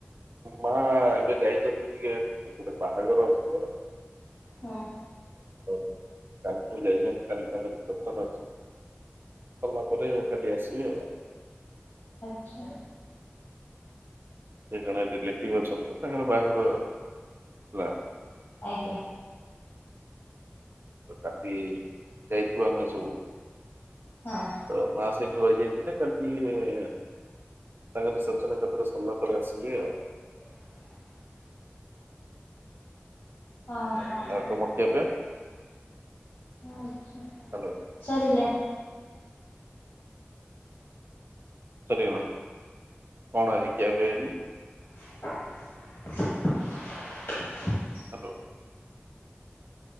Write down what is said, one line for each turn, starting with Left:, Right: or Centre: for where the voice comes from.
Right: ମା ଏବେ ଯାଇଛନ୍ତି ଟିକେ ଗୋଟେ ବାହାଘର ଅଛି ତ
Left: ହୁଁ।
Right: କାଲି ଠଉଁ ଯାଇଚନ୍ତି କାଲି ତାଙ୍କର <unintelligible> <unintelligible> ସରିଲା ପରେ କାଲି ଆସିବେ ଆଉ।
Left: ଆଚ୍ଛା।
Right: ସେ ଜଣେ ରିଲେଟିଭ ଅଛନ୍ତି ତ ତାଙ୍କର ବାହାଘର ଥିଲା।
Left: ଆଜ୍ଞା।
Right: ତ କାଲି ଯାଇଥିଲୁ ଆମେ ସବୁ।
Left: ହଁ।
Right: ତ ମା ସେ ରହିଯାଇଥିଲେ, କାଲି ତାଙ୍କ ରିସେପସନ୍ ଏକାଥରେ ସରିଲା ପରେ ଆସିବେ ଆଉ।
Left: <unintelligible> ହଁ ହଁ ହଁ
Right: ଆଉ ତମ
Left: ହଁ।
Right: ଖିଆ ପିଆ
Left: ଆଚ୍ଛା
Right: ହାଲୋ
Left: ସରିଲେ?
Right: ସରିଗଲାଣି। କଣ ଆଜି ଖିଆପିଆ ହେଇଛି?
Left: <inaudible>
Right: ହାଲୋ।